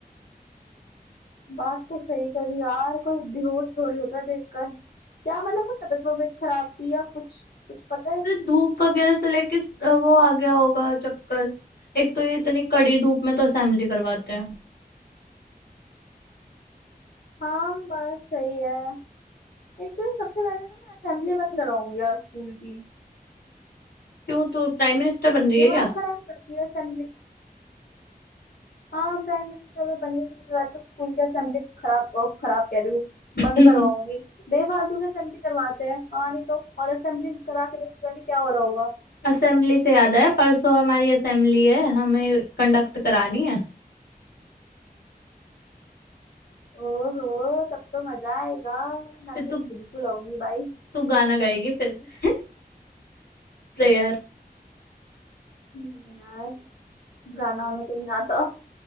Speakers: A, on the left; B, on the left.
A: बात तो सही करी यार कोई बेहोश थोड़ी होता है देखकर क्या मतलब कोई तबीयत वबीयत खराब थी या कुछ कुछ पता है
B: अरे धूप वगैरह से लेके स- वो आ गया होगा चक्कर एक तो ये इतनी कड़ी धूप में तो असेंबली करवाते हैं
A: हाँ बात सही है एक तो ये सबसे पहले ना मैं असेंबली बंद कराऊंगी यार स्कूल की
B: क्यों तू प्राइम मिनिस्टर बन रही
A: दिमाग
B: है क्या
A: खराब करती है असेंबली हाँ प्राइम मिनिस्टर अगर बनने को मिला तो स्कूल की असेंबली खराब अ, खराब कह रही हूँ
B: <laughs>
A: बंद करवाऊंगी बेफालतू की असेंबली करवाते हैं हाँ नहीं तो और असेंबली करा के तो पता नहीं क्या हो रहा होगा
B: असेंबली से याद आया परसों हमारी असेंबली है हमें कंडक्ट करानी है
A: ओहो तब तो मजा आएगा मैं
B: फिर
A: तो
B: तू
A: बिल्कुल आऊंगी भाई
B: तू गाना गाएगी फिर <laughs> प्रेयर
A: नहीं यार गाना वाना तो नहीं आता